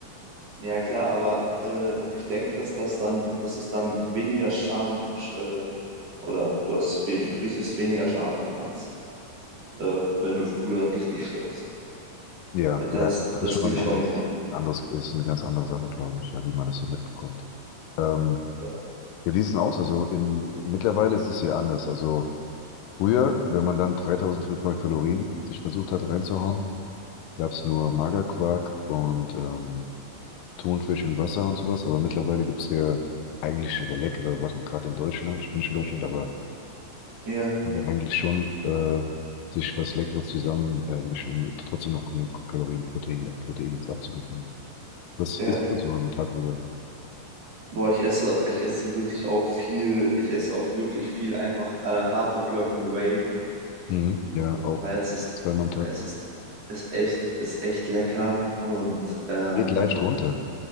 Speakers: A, on the right (about 50°); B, on the left (about 80°).
A: Ja, klar, aber äh, ich denke, dass das dann, dass es dann weniger Schaden sch- äh, oder du hast we du richtest weniger Schaden an, als äh, wenn du früher richtig stopfst.
B: Ja,
A: Das,
B: ja, das
A: das
B: ist schon
A: würde ich
B: anders.
A: auch nicht machen.
B: Anders ist eine ganz andere Sache, glaube ich, ja, wie man das so mitbekommt. Ähm,
A: Ja.
B: ja, wie ist denn aus? Also in, mittlerweile ist es hier anders. Also früher, wenn man dann 3500 Kalorien sich versucht hat reinzuhauen, gab es nur Magerquark und ähm, Thunfisch in Wasser und sowas. Aber mittlerweile gibt es ja eigentlich leckere Sachen, gerade in Deutschland. Ich bin nicht in Deutschland, aber
A: Ja,
B: Man hat eigentlich schon äh, sich was Leckeres zusammen äh, mischen, um trotzdem noch genug Kalorien, Proteine, Protein abzubekommen. Das
A: ja.
B: isst man so am Tag über.
A: Boah, ich esse, ich esse wirklich auch viel, ich esse auch wirklich viel einfach äh, Haferflocken Whey,
B: Mhm. Ja, auch
A: weil es ist,
B: zweimal am Tag.
A: es ist, ist echt, ist echt lecker und ähm,
B: Geht leicht runter.